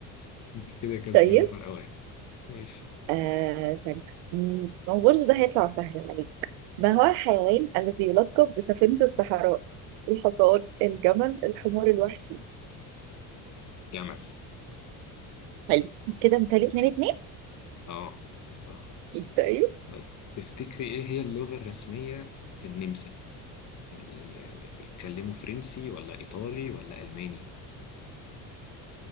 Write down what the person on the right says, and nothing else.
طيب
آه استنى م- هو برضه ده هيطلع سهل عليك ما هو الحيوان الذي يلقب بسفينه الصحراء الحصان الجمل الحمار الوحشي
حلو كده متهيألي اتنين
اتنين طيب